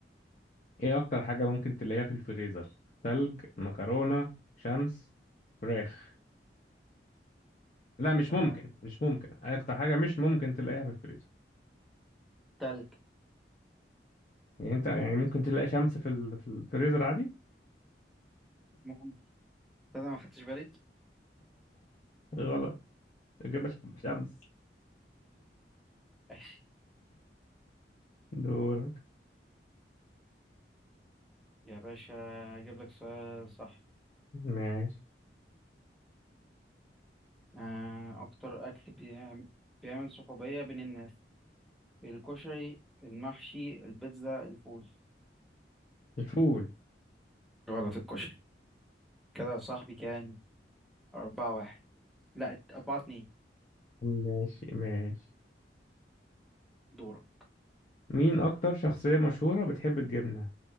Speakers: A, on the left (about 45°); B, in the centre.
A: ايه اكتر حاجة ممكن تلاقيها في الفريزر تلج مكرونة شمس فراخ لا مش
B: آه.
A: ممكن مش ممكن اكتر حاجة مش ممكن تلاقيها في الفريزر
B: تلج
A: يعني انت يعني ممكن تلاقي شمس في ال- في الفريزر عادي
B: مم. ده أنا ما خدتش بالي
A: غلط اجابة ش- شمس
B: ماشي.
A: دورك
B: يا باشا اجيب لك سؤال صح
A: ماشي
B: آه. اكتر اكل بيعمل, بيعمل صحوبية بين الناس الكشري المحشي البيتزا الفول
A: الفول
B: غلط الكشري كده يا صاحبي كام أربعة واحد لا أربعة اتنين
A: ماشي ماشي
B: دورة
A: مين اكتر شخصية مشهورة بتحب الجبنة